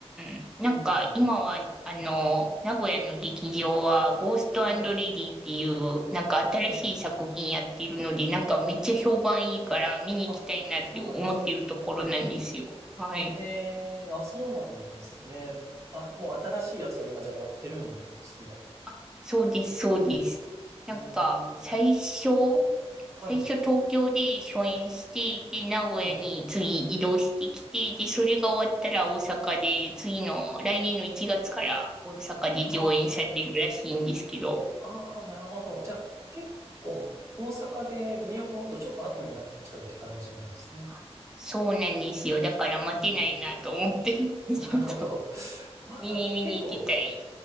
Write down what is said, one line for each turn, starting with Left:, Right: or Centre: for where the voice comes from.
Centre: ん。なんか今は、
Right: うん。
Centre: あの、名古屋の劇場は、ゴーストレディっていう、
Right: はい。
Centre: なんか新しい作品やってるので、
Right: ええ。
Centre: なんかめっちゃ評判いいから見に行きたいなって思ってるところなんですよ。
Right: あ、そうなんですか。
Centre: はい。
Right: ええ、あ、そうなんですね。あ、もう新しいやつが今じゃあやってるんですね。
Centre: あ、そうです、そうです。なんか、
Right: ええ。
Centre: 最初、
Right: はい。
Centre: 最初東京で初演して、で、名古屋に次移動してきて、
Right: はい。
Centre: で、それが終わったら大阪で、次の来年の1月から大阪で上演されるらしいんですけど、
Right: あ、ああ、なるほど。じゃあ結構大阪で見ようと思うとちょっと後になっちゃうって感じなんですね。
Centre: あそうなんですよ。だから待てないなと思って、
Right: うんうん。
Centre: <laughs> ち
Right: <laughs> なるほど。
Centre: ょっと
Right: <laughs> まあ、
Centre: 見に見に行きたい。
Right: 結構